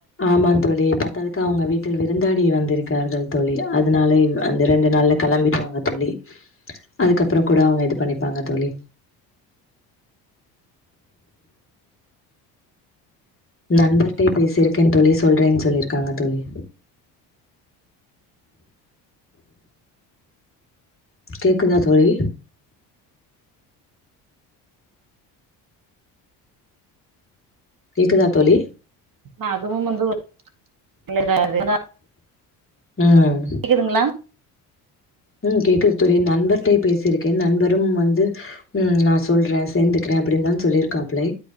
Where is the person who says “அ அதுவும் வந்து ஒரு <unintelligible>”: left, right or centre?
Right